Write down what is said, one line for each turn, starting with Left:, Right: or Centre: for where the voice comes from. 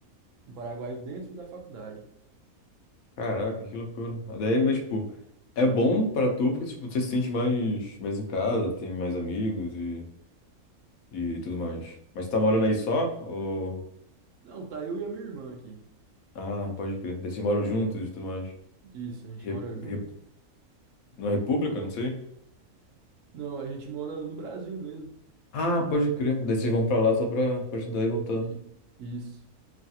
Right: um paraguaio dentro da faculdade.
Left: Caraca, que loucura. Daí, mas, tipo, é bom pra tu porque, tipo, você se sente mais, mais em casa, tem mais amigos e, e tudo mais.
Right: I-
Left: Mas tu tá morando
Right: Isso.
Left: aí só? Ou...
Right: Não, tá eu e a minha irmã aqui.
Left: Ah, pode crer. Daí vocês moram juntos e tudo mais.
Right: Isso, a gente
Left: Re,
Right: mora junto?
Left: re, numa república, não sei.
Right: Não, a gente mora no Brasil mesmo.
Left: Ah, pode crer. Daí vocês vão pra lá só pra, pra estudar e voltar.
Right: E isso.